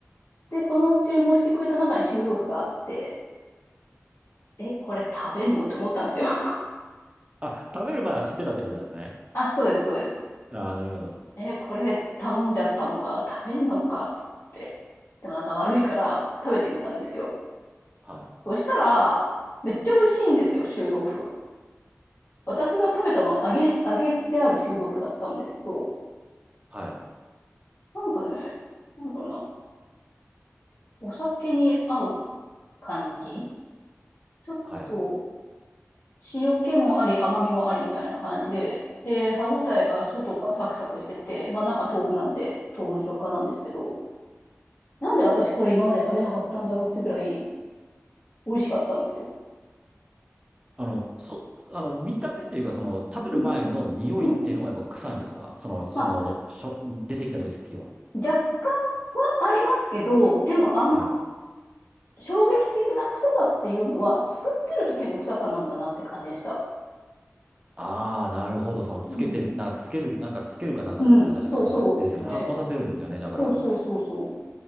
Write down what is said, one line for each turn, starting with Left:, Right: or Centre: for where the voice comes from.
Left: でその注文してくれた中に臭豆腐があってえこれ食べんのって思ったんですよ。<laughs>
Right: あ、食べる前は知ってたってことですね。
Left: あそうですそうです。
Right: ああ、なるほど。
Left: え、これ頼んじゃったのか、食べんのかと思って。でもなんか悪いから食べてみたんですよ。
Right: はい。
Left: そしたら、めっちゃ美味しいんですよ、臭豆腐。私が食べたのは揚げ、揚げてある臭豆腐だったんですけど、
Right: はい。
Left: なんかね、なんだろうな、お酒に合う感じちょっと
Right: はい。
Left: 塩気もあり、甘みもありみたいな感じで、で、歯ごたえが外がサクサクしてて、まあ中豆腐なんで、豆腐の食感なんですけど、なんで私これ今まで食べなかったんだろうってぐらい美味しかったんですよ。
Right: あの、そ、あの、見た目っていうか、その、食べる前の匂いっていうのはやっぱ臭いんですかその、
Left: うん。うん
Right: その、
Left: まあ、
Right: しょ、出てきた時は。
Left: 若干はありますけど、でもあの
Right: はい。
Left: 衝撃的な臭さっていうのは、作ってる時の臭さなんだなって感じでした。
Right: ああ、なるほど。その、つけてる、
Left: うん。
Right: なんか、つける、なんか、つけるかなんかですよね。
Left: うん、
Right: 確か、
Left: そうそうですね。
Right: なんか、ですよね。発酵させるんですよね。だから、
Left: そうそうそうそ